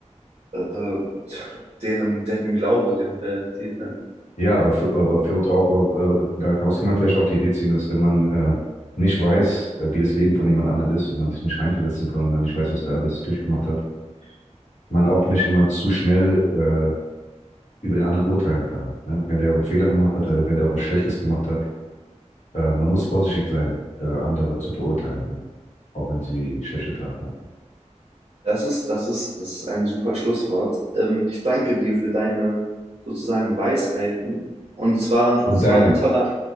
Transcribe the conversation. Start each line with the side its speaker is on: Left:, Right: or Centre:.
Right: äh, <laughs> deren, deren Glaube, deren Realität, ne?
Left: ja, aber für, aber für uns auch, aber, äh, daraus kann man vielleicht auch die Idee ziehen, dass wenn man äh, nicht weiß, äh, wie das Leben von jemand anderem ist und man sich nicht reinversetzen kann, und man nicht weiß, was der alles durchgemacht hat, man auch nicht immer zu schnell äh, über den anderen urteilen kann. Ne? Wenn der einen Fehler gemacht hat
Right: Ja.
Left: oder wenn der auch was Schlechtes gemacht hat, äh, man muss vorsichtig sein, äh, andere zu verurteilen, ne? auch wenn sie schlechte Taten machen.
Right: Das ist, das ist, das ist ein super Schlusswort. Ähm, ich danke dir für deine sozusagen Weisheiten. Und zwar,
Left: Und
Right: es
Left: deine,
Right: war ein toller,